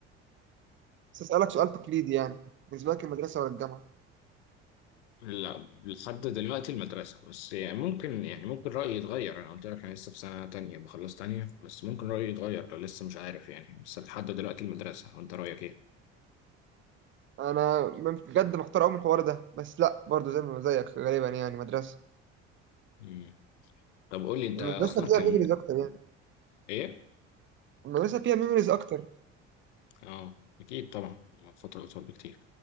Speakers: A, on the right; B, on the left.
A: بس اسالك سؤال تقليدي يعني بالنسبه لك المدرسه ولا الجامعه
B: لا لحد دلوقتي المدرسة بس يعني ممكن يعني ممكن رأيي يتغير أنا قلت لك أنا لسه في سنة تانية بخلص تانية بس ممكن رأيي يتغير لو لسه مش عارف يعني بس لحد دلوقتي المدرسة وأنت رأيك إيه؟
A: انا من- بجد محتار قوي من الحوار ده بس لا برضو زي ما زيك غالبا يعني مدرسه
B: مم. طب قول لي أنت
A: المدرسه
B: أصلا
A: فيها
B: كان
A: ميموريز اكتر يعني
B: إيه؟
A: المدرسه فيها ميموريز اكتر
B: أه أكيد طبعا فترة أطول بكتير